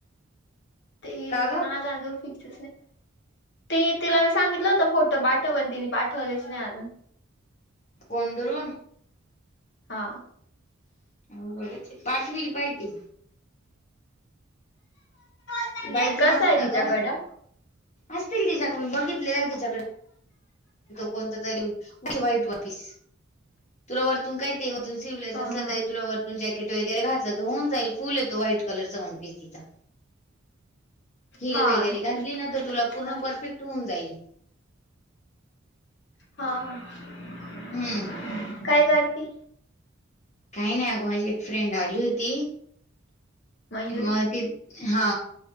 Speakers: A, on the left; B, on the left.
A: ते
B: का ग
A: मा जाजू फिक. ते तिला मी सांगितलं होत फोटो पाठव पण तिने पाठवलेच नाही अजून
B: कोडर.
A: हा.
B: अवघडच पाठविल पाहिती.
A: हा
B: बाईच
A: कसा
B: मस्त
A: आहे तिच्याकडं
B: ग असतील तिच्याकडे मी बघितलेल्या तिच्याकडे कोणत तरीे वाईट वापस तुला वरतून काय ते स्लीवलेस
A: हा
B: असला
A: हा
B: तरी तुला वरतून जॅकेट वगैरे घातल त हून जाईल फुले तो व्हाइट कलरचा वनपीस तीचा हिल
A: हा
B: वगैरे
A: ठीक
B: घातली
A: आहे
B: ना
A: मग
B: तर तुला
A: तोच
B: पूर्ण
A: घाल
B: परफेक्ट होऊन जाईल.
A: हा.
B: <unintelligible>
A: काय करती?
B: काही नाही, अगं माझी एक फ्रेंड आली होती.
A: मयुरी
B: मग ती हा,